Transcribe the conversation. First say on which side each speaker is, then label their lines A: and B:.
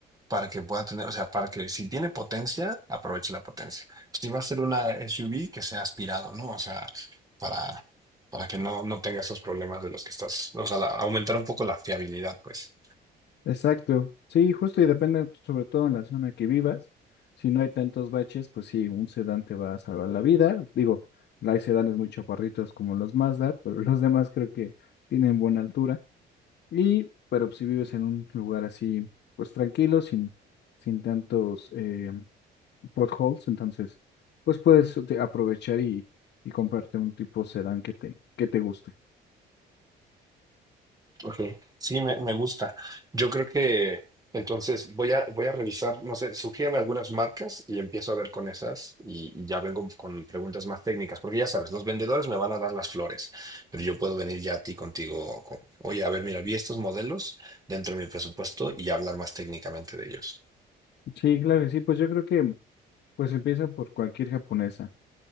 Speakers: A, on the right; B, on the left.
A: para que pueda tener, o sea, para que si tiene potencia, aproveche la potencia. Si va a ser una SUV, que sea aspirado, ¿no? O sea, para, para que no, no tenga esos problemas de los que estás, o sea, la- aumentar un poco la fiabilidad, pues.
B: Exacto, sí, justo y depende sobre todo en la zona que vivas. Si no hay tantos baches, pues sí, un sedán te va a salvar la vida. Digo, hay sedanes muy chaparritos como los Mazda, pero los demás creo que tienen buena altura. Y, pero si vives en un lugar así, pues tranquilo, sin, sin tantos eh, potholes, entonces, pues puedes te- aprovechar y, y comprarte un tipo sedán que te, que te guste.
A: Ok, sí, me, me gusta. Yo creo que entonces voy a, voy a revisar, no sé, sugiérame algunas marcas y empiezo a ver con esas y, y ya vengo con preguntas más técnicas, porque ya sabes, los vendedores me van a dar las flores, pero yo puedo venir ya a ti contigo, con, oye, a ver, mira, vi estos modelos dentro de mi presupuesto y hablar más técnicamente de ellos.
B: Sí, claro que sí, pues yo creo que pues empieza por cualquier japonesa,